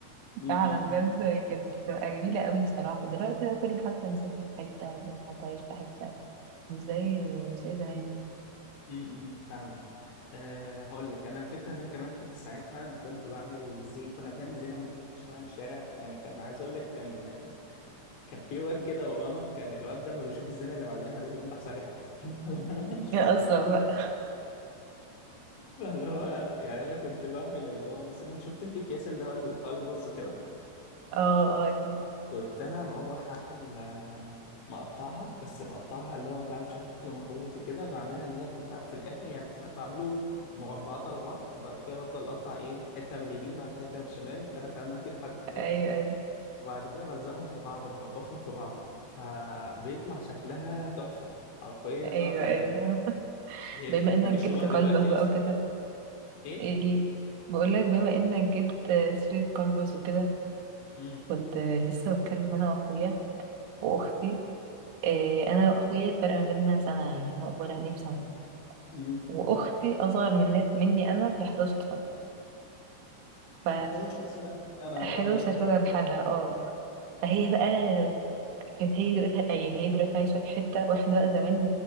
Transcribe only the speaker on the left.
م-
م-
م. <laughs>
امم فاهمك أه هقول لك انا الفكره ان انا كمان كنت ساعتها انا كنت بعمل زي كنا بنعمل زينه مختلفه شويه عن الشارع يعني كان عايز اقول لك كان كان في واد كده ورانا كان الواد ده ما بيشوف الزينه اللي معلقينها ده بيقوم راح سارقها <laughs> انت
لو-
فاللي هو يعني انا كنت بعمل اللي هو مثلا شفت انت اكياس اللي هو القلبز وكده
كنت انا بقوم راح اعمل آه، مقطعها بس بقطعها اللي هو فاهم شكل مخروطي كده بعملها ان هي بتبقى في الاخر يعني مثلا بعمله مربعات على بعض وبعد كده بفضل اقطع ايه حته من اليمين بعد كده حته من الشمال كده فاهم انت لحد ما ايه
وبعد كده بلزقهم في بعض بربطهم في بعض فبيطلع شكلها تحفه حرفيا تحفه
يعني
هي
دي زينه
بيشتروها
دلوقتي
اصلا
ايه
امم
امم
11 سنه يا نهار
ابيض